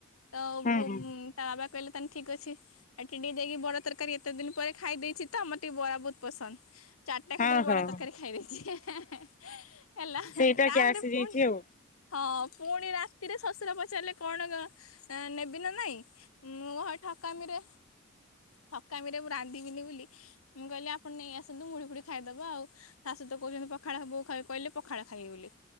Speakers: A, on the left; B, on the left.
A: ତବୁ
B: ହଁ
A: ତା ବାବା କହିଲେ ତାହାନେ ଠିକ ଅଛି। ଏ କିଣି ଦେଇକି ବରା ତରକାରୀ ଏତେ ଦିନ ପରେ ଖାଇ ଦେଇଛି ତ ଆମର ଟିକେ ବରା ବହୁତ ପସନ୍ଦ। ଚାରିଟା
B: ହଁ
A: ଖାତରେ ବରା
B: ହଁ।
A: ତରକାରୀ ଖାଇଦେଇଛି ହେଁ ହେଁ ହେଁ। ହେଲା
B: ସେଇଟା
A: ତାପରେ
B: ଗ୍ୟାସ୍ ହେଇଯାଇଛି
A: ପୁଣି
B: ଆଉ।
A: ହଁ ପୁଣି ରାତିରେ ଶଶୁର ପଚାରିଲେ କଣ? ଏ ନେବି ନା ନାଇଁ ମୁଁ ଠକାମିରେ ଥକାମି ରେ ମୁଁ ରାନ୍ଧିବିନି ବୋଲି ମୁଁ କହିଲି ଆପଣ ନେଇ ଆସନ୍ତୁ ମୁଢି ଫୁଡ଼ି ଖାଇଦବା ଆଉ ଶାଶୁ ତ କହୁଛନ୍ତି ପଖାଳ ବୋଉ ଖାଇ କହିଲେ ପଖାଳ ଖାଇବି ବୋଲି।